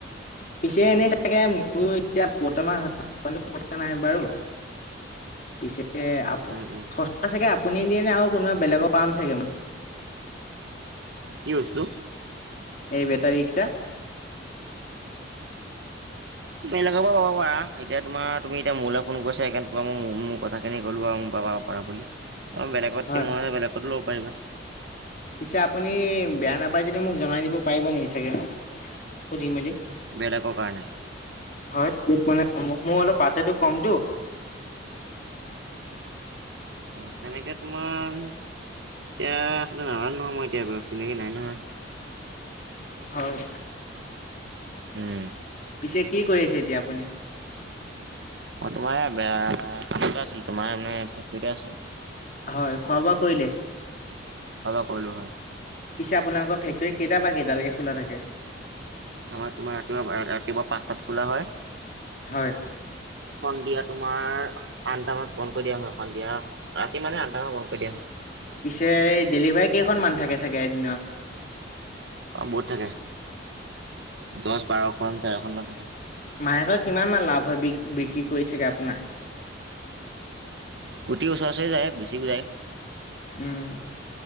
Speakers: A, on the left; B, on the right.
A: পিছে এনেই চাগে মোৰ এতিয়া বৰ্তমান হাতত পইচা নাই বাৰু। পিছে আপ
B: উম উম
A: সস্তা চাগে। আপুনি দিয়ে নে আৰু কোনোবা বেলেগৰ পাম চাগেমান।
B: কি বস্তু।
A: বেটাৰি ৰিক্সাৰ
B: বেলেগৰ পৰা পাব পাৰা, এতিয়া তোমাৰ তুমি এতিয়া মোলৈ ফোন কৰিছা সেইকাৰনে তোমাক মই মোৰ-মোৰ কথা খিনি ক'লো আৰু মোৰ পাবা পাবা বুলি, বেলেগতকে
A: হয়,
B: মই বেলেগতো ল'ব পাৰিবা।
A: পিছে আপুনি বেয়া নাপাই যদি মোক জনাই দিব পাৰিব নেকি চাগে সুধি মেলি?
B: বেলেগৰ কাৰণে
A: হয় মানে মোৰ অলপ বাজেটো কমটো।
B: সনেকে তোমাৰ এতিয়া নাজানো নহয় মই এতিয়া এইবিলাক চিনাকি নাই নহয়।
A: হয়,
B: উম।
A: পিছে কি কৰি আছে এতিয়া আপুনি
B: অ' তোমাৰেয়া কামতে আছিল তোমাৰ মানে ফেক্টৰিতে আছো।
A: হয় খোৱা বোৱা কৰিলে?
B: খোৱাৰ বোৱা কৰিলো হয়।
A: পিছে আপোনালোকৰ ফেক্টৰী কেইটা পা কেইটালৈকে খোলা থাকে।
B: আমাৰ তোমাৰ ৰাতিপুৱা ৰাতিপুৱা পাঁচটাত খোলা হয়।
A: হয়।
B: সন্ধিয়া তোমাৰ আঠটামানত বন্ধ কৰি দিয়া হয় সন্ধিয়া ৰাতি মানে আঠটা মানত বন্ধ কৰি দিয়া হয়।
A: পিছে ডেলিভাৰ কেইখনমানান থাকে চাগে এদিনত।
B: অ' বহুত থাকে দহ বাৰখন তেৰখনমানান থাকে।
A: মাহেক কিমান মান লাভ হয় বি বিক্ৰী কৰিছাগে আপোনাৰ।
B: কোটি ওচৰচৰে যায় বেছিও যায়।
A: উম,